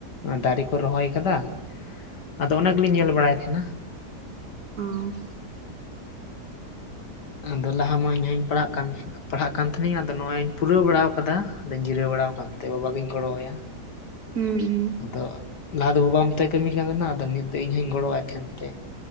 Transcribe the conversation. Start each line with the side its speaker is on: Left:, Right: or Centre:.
Left: ᱫᱟᱨᱮ ᱠᱚ ᱨᱚᱦᱚᱭ ᱠᱟᱫᱟ ᱟᱫᱚ ᱚᱱᱟ ᱠᱚᱞᱤᱧ ᱧᱮᱞ ᱵᱟᱲᱟᱭ ᱮᱫ ᱛᱟᱦᱮᱱᱟ᱾
Right: ᱚᱸᱢ
Left: ᱟᱫᱚ ᱞᱟᱦᱟ ᱢᱟ ᱤᱧ ᱦᱚᱧ ᱯᱟᱲᱦᱟᱜ ᱠᱟᱱ ᱯᱟᱲᱦᱟᱜ ᱠᱟᱱ ᱛᱟᱦᱮᱱ ᱤᱧ ᱟᱫᱚ ᱱᱚᱜ-ᱚᱧ ᱯᱩᱨᱟᱹᱣ ᱵᱟᱲᱟ ᱟᱠᱟᱫᱟ ᱟᱫᱚᱧ ᱡᱤᱨᱟᱹᱣ ᱵᱟᱲᱟ ᱠᱟᱱᱛᱮ ᱵᱟᱵᱟ ᱜᱤᱧ ᱜᱚᱲᱚ ᱟᱭᱟ <inaudible>
Right: ᱦᱩᱸ ᱦᱩᱸ
Left: ᱟᱫᱚ ᱞᱟᱦᱟ ᱫᱚ ᱵᱟᱵᱟ ᱱᱤᱛᱚᱜ ᱠᱟᱹᱢᱤ ᱠᱟᱱ ᱛᱟᱦᱮᱱᱟ ᱟᱫᱚ ᱱᱤᱛ ᱫᱚ ᱤᱧ ᱦᱚᱧ ᱜᱚᱲᱚᱣᱟᱭ ᱛᱟᱦᱮᱱ ᱛᱮ